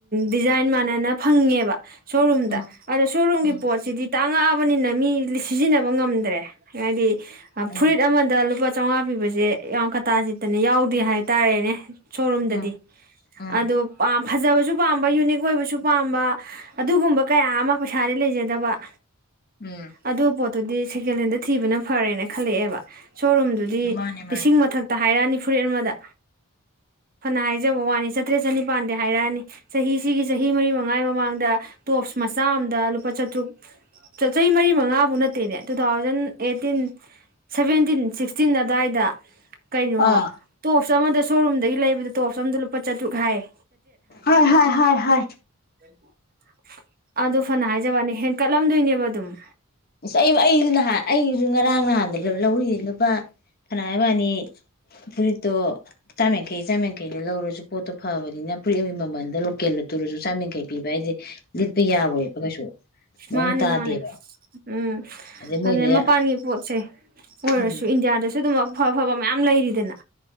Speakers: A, on the right; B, on the left.
A: ꯗꯤꯖꯥꯏꯟ ꯃꯥꯟꯅꯅ ꯐꯪꯉꯦꯕ ꯁꯣꯔꯨꯝꯗ
B: ꯎꯝ
A: ꯑꯗ ꯁꯣꯔꯨꯝꯒꯤ
B: ꯎꯝ
A: ꯄꯣꯠꯁꯤꯗꯤ ꯇꯥꯡꯉꯛꯑꯕꯅꯤꯅ ꯃꯤ ꯁꯤꯖꯤꯟꯅꯕ ꯉꯝꯗ꯭ꯔꯦ ꯃꯗꯤ
B: ꯎꯝ
A: ꯐꯨꯔꯤꯠ ꯑꯃꯗ ꯂꯨꯄꯥ ꯆꯥꯝꯃꯉꯥ ꯄꯤꯕꯁꯦ ꯌꯥꯝ ꯀꯇꯥ ꯆꯠꯇꯅ ꯌꯥꯎꯗꯦ ꯍꯥꯏꯇꯥꯔꯦꯅꯦ ꯁꯣꯣꯔꯨꯝꯗꯗꯤ
B: ꯎꯝ ꯎꯝ
A: ꯑꯣ ꯐꯖꯕꯁꯨ ꯄꯥꯝꯕ ꯌꯨꯅꯤꯛ ꯑꯣꯏꯕꯁꯨ ꯄꯥꯝꯕ ꯑꯗꯨꯒꯨꯝꯕ ꯀꯌꯥ ꯑꯃ ꯄꯩꯁꯥꯗꯤ ꯂꯩꯖꯗꯕ
B: ꯎꯝ
A: ꯑꯗ ꯄꯣ ꯑꯗꯨꯗꯤ ꯁꯤꯀꯦꯜꯦꯟꯗꯦ ꯊꯤꯕꯅ ꯐꯔꯦꯅ ꯈꯜꯂꯛꯑꯦꯕ ꯁꯣꯔꯨꯝꯗꯨꯗꯤ
B: ꯃꯥꯅꯦ ꯃꯥꯅꯦ
A: ꯂꯤꯁꯤꯡ ꯃꯊꯛꯇ ꯍꯥꯏꯔꯥ ꯅꯤꯐꯨꯔꯤꯦꯠ ꯑꯃꯗ ꯍꯅ ꯍꯥꯏ ꯄꯤꯖꯕ ꯋꯥꯅꯤ ꯆꯥꯇ꯭ꯔꯦꯠ ꯆꯅꯤꯄꯥꯟꯗ ꯍꯥꯏꯔꯛꯑꯅꯤ ꯆꯍꯤꯁꯤꯒꯤ ꯆꯍꯤ ꯃꯔꯤ ꯃꯉꯥꯒꯤ ꯃꯃꯥꯡꯗ ꯇꯣꯞꯁ ꯃꯆꯥ ꯑꯝꯗ ꯂꯨꯄꯥ ꯆꯥꯇ꯭ꯔꯨꯛ ꯆꯍꯤ ꯃꯔꯤ ꯃꯉꯥꯕꯨ ꯅꯠꯇꯦꯅꯦ two thousand eighteen seventeen sixteen ꯑꯗꯨꯋꯥꯏꯗ ꯀꯩꯅꯣ
B: ꯑꯥ
A: ꯇꯣꯞꯁ ꯑꯃꯗ ꯁꯣꯔꯨꯝꯗꯒꯤ ꯂꯩꯕꯗꯣꯞꯁꯝꯣ ꯂꯨꯄꯥ ꯆꯥꯇ꯭ꯔꯨꯛ ꯍꯥꯏꯌꯦ
B: ꯍꯣꯏ ꯍꯣꯏ ꯍ ꯍ
A: <unintelligible> ꯑꯗꯨ ꯐꯅ ꯍꯥꯏꯖꯕꯅꯦ ꯍꯦꯟ ꯀꯠꯂꯝꯗꯣꯏꯅꯦꯕ ꯑꯗꯨꯝ
B: ꯑꯁ ꯑꯩ ꯑꯩꯁꯨ ꯅꯍꯥꯟ ꯑꯩꯁꯨ ꯉꯔꯥꯡ ꯅꯍꯥꯟꯗ ꯂꯧꯔꯤꯌꯦ ꯂꯨꯄꯥ ꯐꯅꯥ ꯍꯕꯥꯅꯤ ꯐꯨꯔꯤꯠꯇꯣ ꯆꯥꯝꯃꯡꯈꯩ ꯆꯥꯝꯃꯡꯈꯩꯗ ꯂꯧꯔꯁꯨ ꯄꯣꯠꯇꯣ ꯐꯕꯅꯤꯅ ꯐꯨꯔꯤꯠ ꯑꯃꯒꯤ ꯃꯃꯟꯗ ꯂꯣꯀꯦꯜꯗ ꯇꯨꯔꯁꯨ ꯆꯥꯝꯃꯡꯈꯩ ꯄꯤꯕ ꯍꯥꯏꯁꯦ ꯂꯤꯠꯄ ꯌꯥꯔꯣꯏꯕ ꯀꯩꯁꯨ ꯃꯑꯣꯡ
A: ꯃꯥꯅꯦ
B: ꯇꯥꯗꯦꯕ
A: ꯃꯥꯅꯦ ꯎꯝ
B: ꯑꯗꯩ ꯃꯣꯏꯗ
A: ꯑꯗꯨꯅ ꯃꯄꯥꯟꯒꯤ ꯄꯣꯠꯁꯦ ꯑꯣꯏꯔꯁꯨ
B: ꯎꯝ
A: ꯏꯟꯗꯤꯌꯥꯗꯁꯨ ꯁ ꯑꯗꯨꯝ ꯑꯐ ꯑꯐꯕ ꯃꯌꯥꯝ ꯂꯩꯔꯤꯗꯅ